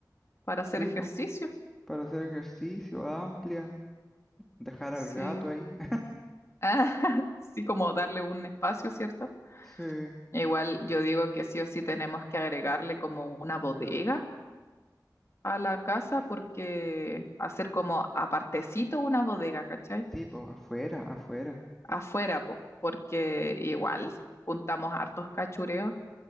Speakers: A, on the left (about 40°); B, in the centre.
A: para
B: Sí,
A: hacer ejercicio.
B: pues, para hacer ejercicio amplia, dejar
A: Sí.
B: al gato ahí. <laughs>
A: Ah, <laughs> sí, como darle un espacio, ¿cierto?
B: Sí.
A: Igual yo digo que sí o sí tenemos que agregarle como una bodega a la casa porque hacer como apartecito una bodega, ¿cachai?
B: Sí, pues afuera, afuera.
A: Afuera, po, porque igual juntamos hartos cachureos